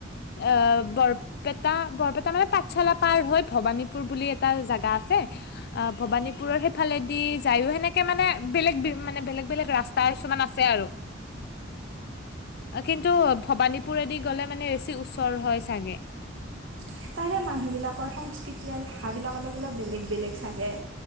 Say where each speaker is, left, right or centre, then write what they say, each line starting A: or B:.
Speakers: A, on the left (about 55°); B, on the right (about 75°).
A: অ বৰপেটা, বৰপেটা মানে পাঠশালা পাৰ হৈ ভবানীপুৰ বুলি এটা জেগা আছে। অ ভবানীপুৰৰ সেইফালেদি যায়ো সেনেকে মানে বেলেগ মানে বেলেগ বেলেগ ৰাস্তা আছে আৰু। কিন্তু ভবানীপুৰদি গ'লে মানে বেছি উচৰ হয় চাগে।
B: মানুহ বিলাকৰ সংস্কৃতি আৰু ভাষাবিলাক অলপ অলপ বেলেগ বেলেগ চাগে।